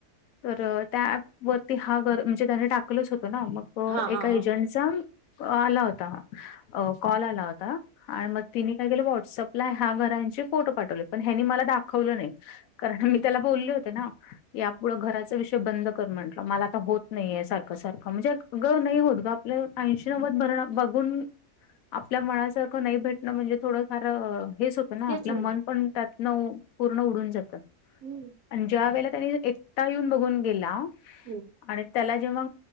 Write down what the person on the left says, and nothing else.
तर त्या ॲप वरती हा बर म्हणजे त्यानी टाकलंच होतं ना, मग
एका एजंट
त्यांचा आला होता कॉल आला होता आणि मग तिनी काय झालं व्हॉट्सअपला ह्या घरांचे फोटो पाठवले पण ह्यानी मला दाखवलं नाही. कारण मी त्याला बोलले होते ना, की यापुढं घराचा विषय बंद कर म्हटलं मला होत नाहीेये सारखं सारखं म्हणजे ग नाही होत ग आपल्या ऐंशी नव्वद भरण बघून आपल्या मनासारखं नाही भेटणं म्हणजे थोडं फार हेच होत पण आपलं
मन पण त्यातनं पूर्ण उडून जातं.
आणि ज्या वेळेला त्यानी एकटा येऊन बघून गेला.
आणि त्याला जेव्हा